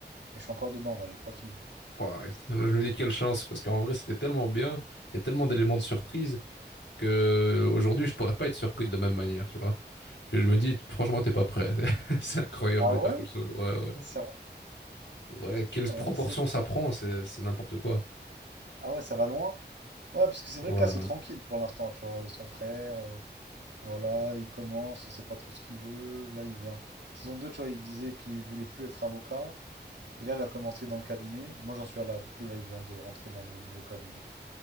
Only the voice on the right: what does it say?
Mais je suis encore dedans, là, j'ai pas fini.
Ah
ouais?
C'est vrai
Euh,
c'est-
Ah ouais, ça va loin? Ouais, parce que c'est vrai
que là, c'est tranquille pour l'instant, tu vois. Son frère, euh, voilà, il commence, il sait pas trop ce qu'il veut. Là, il vient. Saison 2, tu vois, il disait qu'il voulait plus être avocat. Et là, elle a commencé dans le cabinet. Et moi, j'en suis à là. Du coup, là, il vient de rentrer dans le nouveau cabinet.